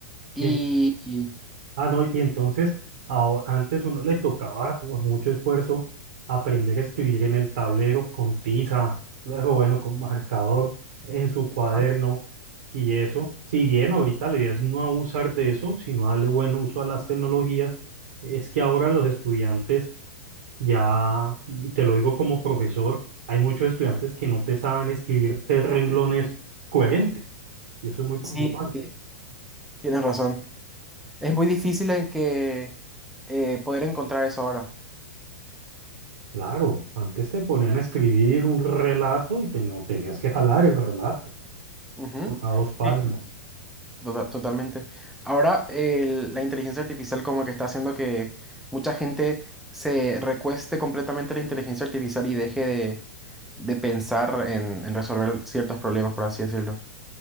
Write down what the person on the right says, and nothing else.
y en-
Ah, no, y entonces aho- antes uno le tocaba con mucho esfuerzo aprender a escribir en el tablero con tiza, luego bueno, con marcador, en su cuaderno
y eso. Si bien ahorita la idea es no abusar de eso, sino darle buen uso a las tecnologías, es que ahora los estudiantes ya, y te lo digo como profesor, hay muchos estudiantes que no te saben escribir tres renglones coherentes y eso es muy preocupante.
Claro, antes te ponían a escribir un relato y te, no, tenías que jalar el relato,
una o dos páginas.